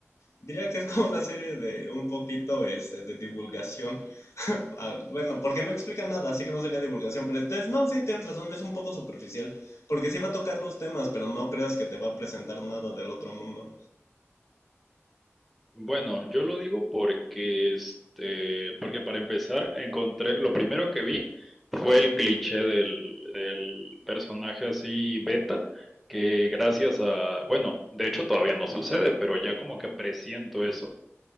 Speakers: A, on the left; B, in the centre.
A: Diría que es como una serie de un poquito este, de divulgación. Ah, bueno, porque no explica nada, así que no sería divulgación. Pero entonces, no, sí, tienes razón, es un poco superficial. Porque sí va a tocar los temas, pero no creas que te va a presentar nada del otro mundo.
B: Bueno, yo lo digo porque, este, porque para empezar, encontré, lo primero que vi fue el cliché del, del personaje así beta, que gracias a, bueno, de hecho todavía no sucede, pero ya como que presiento eso.